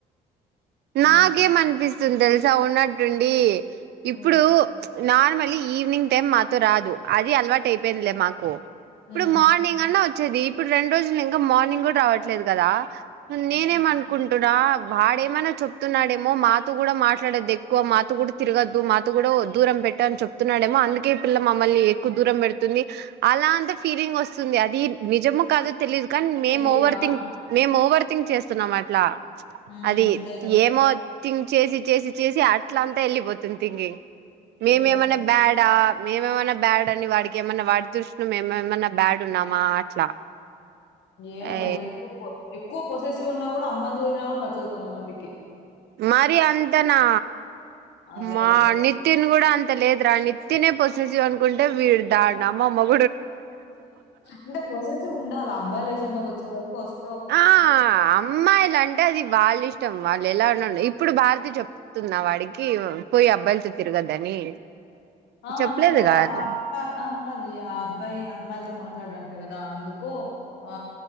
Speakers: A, on the left (about 75°); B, on the right (about 65°).
A: హ్మ్.
B: నాకేం అనిపి తుందెల్సా ఉన్నట్టుండి
A: హ్మ్.
B: ఇప్పుడు నార్మలీ ఈవినింగ్ టైమ్ మాతో రాదు అది అలవాటు అయిపోయిందిలే మాకు
A: హ్మ్.
B: ఇప్పుడు మార్నింగ్ అన్నా వ వచ్చేది ఇప్పుడు రెండు రోజులు నింకా మార్నింగ్ కూడా రావట్లేదు కదా నేనేం
A: హ్మ్.
B: అనుకుం ఇటు డా వాడేమన్నా. చెప్తున్నాడేమో మాతో కూడా మాట్లాదేద్దు ఎక్కువ, మాత కూడా తిరగొద్దు, మాత కూడా దూరం పెట్టు అని చెప్తున్నాడేమో, అందుకే పిల్ల మమ్మల్ని ఎక్కువ దూరం పెడుతుంది, అలా అంత ఫీలింగ్ వొస్తుంది, అది నిజమో. కాదొ. తెలీదు కానీ, మేం
A: తెలీదు.
B: ఓవర్
A: ఆ!
B: థింక్, మేం ఓవర్ థింక్ చేస్. స్తున్నాం అట్లా.
A: ఉమ్
B: అది
A: అంతే.
B: ఏమో తిన్. చేసి చేసి చేసి అట్ల అంతా, ఎళ్ళిపోతుంది తింకింగ్. మేమేమన్నా
A: ఏమో!
B: బ్యాడ్. అట్లా మేమేమన్నా బ్యాడ్ అని వాడికి ఏమైన్నా వాడి దృష్టిలో మేము ఏమన్నా బ్యాడ్ ఉన్నామా అట్లా.
A: ఏమో
B: ఏ
A: మరి ఎక్కువ ఎక్కువ పోస్. ఇనటేసి ఉన్నా కూడా అమ్మాయి లు తిరిగిన కూడా నచ్చదు కొంతమందికి.
B: మరీ అంత నా,
A: అదే
B: మా
A: గదా!
B: నితిన్ కూడా అంత లేదురా నితిన్ పొస్. <unintelligible>
A: అంటే పోసేసి ఉండాల, అబ్బాయిల విషయంలోకి, వచ్చేసరికి వొస్.
B: ఆ అమ్మాయిలు అంటే, అది వాళ్ళ ఇష్టం, వాళ్. లేల ఉన్నాండ ఇప్పుడు భారతి చెప్తున్నా వాడికి పోయి అబ్బాయిలతో తిరగద్దని.
A: ఆ
B: చెప్పలేదుగా
A: అంటే అ
B: అట్లా
A: అప్ప ఆన్. అది ఆ అబ్బాయి అమ్మాయిలతో మాట్లాడ అంట కదా అందుకు. ఆ